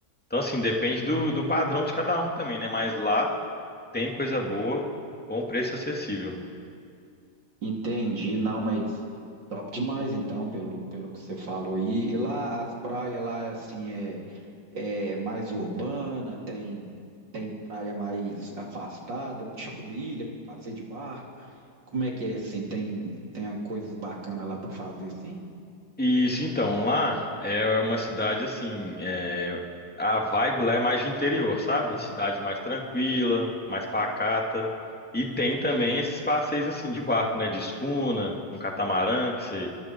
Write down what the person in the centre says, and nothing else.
Então, assim, depende do, do padrão de cada um também, né? Mas lá tem coisa boa com preço acessível.
Isso, então, lá é é uma cidade assim, é, a vibe lá é mais de interior, sabe? Cidade mais tranquila, mais pacata. E tem também esses passeios assim de barco, né? De escuna, um catamarã que você